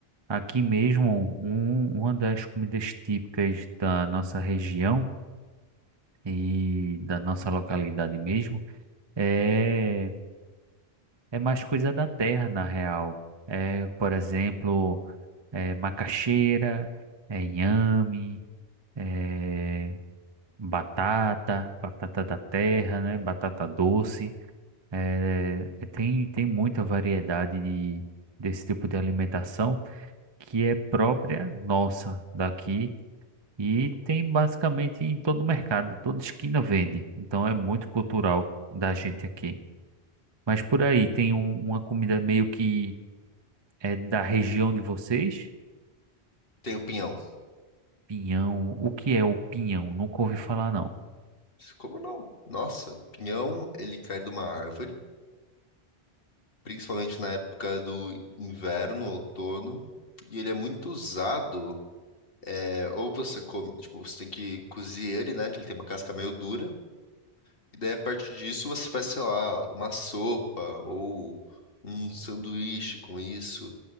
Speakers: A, on the right (about 30°); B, on the left (about 60°).
A: aqui mesmo um, uma das comidas típicas da nossa região. e da nossa localidade mesmo, é, é mais coisa da terra, na real. É, por exemplo, é, macaxeira, é inhame, é, batata, batata da terra, né? Batata doce. É, é, tem, tem muita variedade de, desse tipo de alimentação que é própria nossa daqui E tem basicamente em todo mercado, toda esquina vende. Então é muito cultural da gente aqui. Mas por aí tem
B: Hum.
A: um- uma comida meio que é da região de vocês?
B: Tem o pinhão.
A: Pinhão. O que é o pinhão? Nunca ouvi falar, não.
B: Como não? Nossa, pinhão, ele cai de uma árvore, principalmente na época do inverno, outono, e ele é muito usado, é, ou você come, tipo, você tem que cozer ele, né, que ele tem uma casca meio dura, e daí a partir disso você faz, sei lá, uma sopa ou um sanduíche com isso.